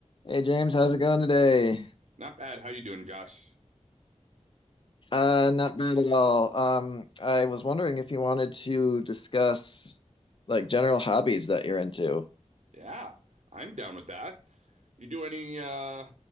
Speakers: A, on the left; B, on the right.
A: Hey James, how's it going today?
B: Not bad. How you doing, Josh?
A: Uh, not bad at all. Um, I was wondering if you wanted to discuss like general hobbies that you're into.
B: Yeah, I'm down with that. You do any uh